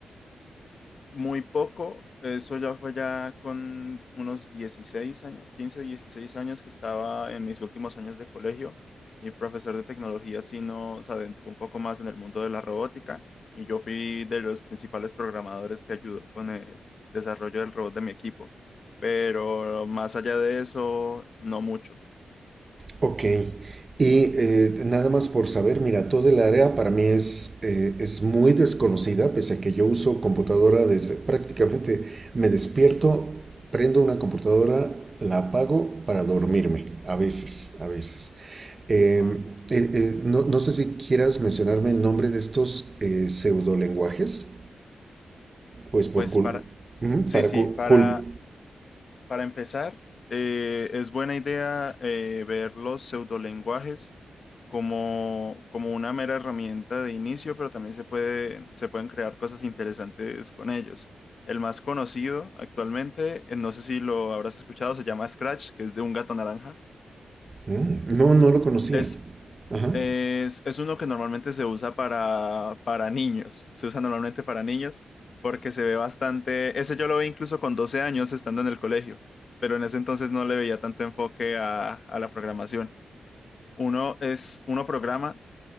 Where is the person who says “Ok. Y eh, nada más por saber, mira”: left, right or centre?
Right